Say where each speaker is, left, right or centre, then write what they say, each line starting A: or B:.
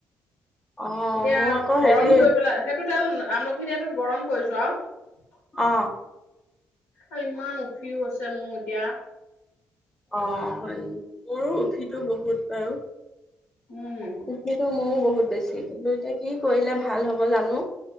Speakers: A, on the left; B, on the left.
A: অ
B: এতিয়া
A: মোৰ আকৌ
B: গৰম
A: হেৰি
B: কৰি পেলাইেই টো তেল আমলখি দিয়া তোত গৰম কৰিছো আৰু <unintelligible>
A: অ
B: অ ইমান উফী হৈছে মোৰ এতিয়া
A: অ হয় মোৰো উফি বহুত বাৰু
B: উম
A: উফিটো মোৰ বহুত বেছি কিন্তু এতিয়া কি কৰিলে ভাল হ'ব জানো